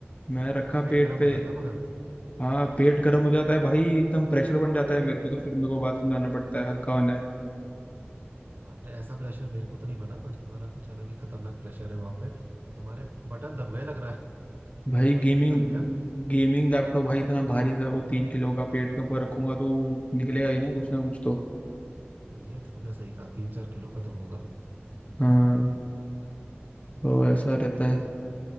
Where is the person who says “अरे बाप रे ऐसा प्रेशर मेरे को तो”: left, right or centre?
Right